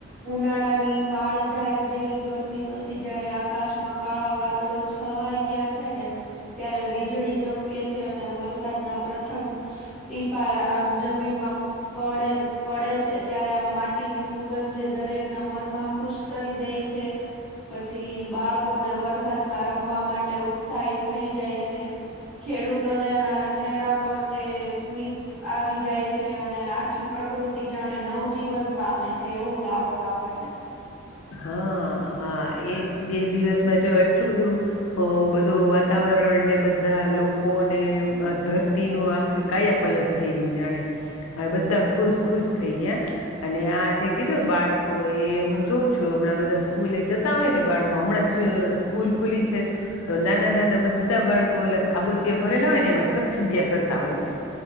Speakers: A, in the centre; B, on the left.
A: ઉનાળાની કાળઝાડ જેવી ગરમી પછી જયારે આકાશમાં કાળા વાદળો છવાઈ ગયા છે, ને ત્યારે વીજળી ચમકે છે, અને વરસાદના પ્રથમ ટીપા આમ જમીનમાં પડે પડે છે, ત્યારે આ માટીની સુગંધ જે દરેક ના મનમાં ખુશ કરી દેય છે. પછી બાળકોને વરસાદમાં રમવા માટે ઉત્સાહિત થઈ જાય છે. ખેડૂતોને એના ચહેરા પર તે સ્મિત આવી જાય છે, અને આખી પ્ર પ્કૃતિ જાણે નવજીવન પામે છે, એવું લાગે આપણને
B: હા હા એ બે દિવસમાં જો આટલું બધું અ બધું વાતાવરણ ઉપરણ ને બધા લોકોને આ ધરતીનું આખી કાયા પલટ થઈ ગઈ જાણે અને બધા ખુશ ખુશ થઈ ગયા અને આ જે કીધું બાળકો એ હું જોઉ છું જો હમણાં બધા સ્કૂલે જતા હોય ને બાળકો હમણાં જ સ્કૂલ ખુલી છે તો નાના નાના બ બધા બાળકો ઓલા ખાબોચીયા ભરેલા હોય ને એમાં છબછબિયા કરતા હોય છે.